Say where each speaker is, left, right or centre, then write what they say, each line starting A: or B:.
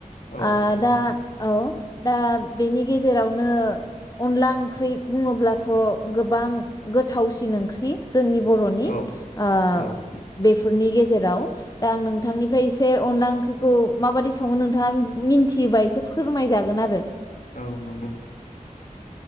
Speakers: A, on the left; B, on the left.
A: औ
B: आ
A: नंगौ
B: दा
A: नोंथां
B: औ दा बेनि गेजेरावनो अनला ओंख्रि बुङोब्लाथ' गोबां गोथावसिन ओंख्रि। जोंनि बर'नि
A: औ
B: ओ
A: औ
B: बेफोरनि गेज जेराव दा आं नोंथांनिफ्राय एसे अनला ओंख्रिखौ माबादि सङो नोंथाङा मिन्थियोबा एसे फोरमायजागोन आरो।
A: औ नंगौ।